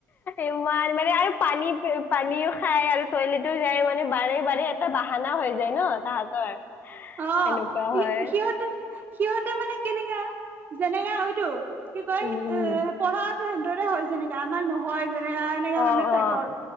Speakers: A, on the left (about 30°); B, on the right (about 30°).
A: ইমান মানে আৰু পানী পানীও খাই আৰু টয়লেটও যায় মানে বাৰে- বাৰে এটা বাহানা হৈ যায় ন। <unintelligible>
B: অ',
A: সেনেকুৱা
B: সি
A: হয়
B: সিহঁতে- সিহঁতে মানে কেনেকা যেনেকা হয়টো। কি কয় এ
A: উম উম
B: পঢ়াটো সেনেদৰে হয় যেনেকে আমাৰ নহয় যে এ এনেকে
A: অ
B: মানে টাইপৰ,
A: অ